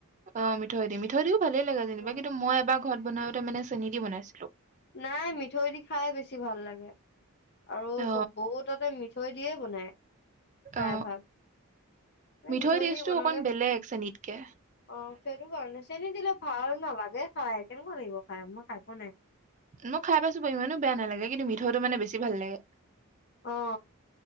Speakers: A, on the right; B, on the left.
A: অ মিঠৈ দি মিঠৈ দিও ভালেই লাগে যেনিবা
B: অ
A: কিন্তু মই এবাৰ ঘৰত বনাওঁতে মানে চেনি দি বনাইছিলো।
B: নাই, মিঠৈ দি খাই বেছি ভাল লাগে। আৰু
A: অ
B: চ বহুততে মিঠৈ দিয়ে বনাই। প্ৰায়
A: অ
B: ভাগ এ
A: মিঠৈ তেজটো
B: দি বনালে
A: অকন বেলেগ চেনীতকে।
B: অ সেইটো কাৰণে চেনী দিলে ভাল নালাগে খাই কেনেকুৱা লাগিব খাই মই খাই পোৱা নাই।
A: মই খাই পাইছো বাৰু ইমানো বেয়া নালাগে কিন্তু মিঠৈটো মানে বেছি ভাল লাগে।
B: অ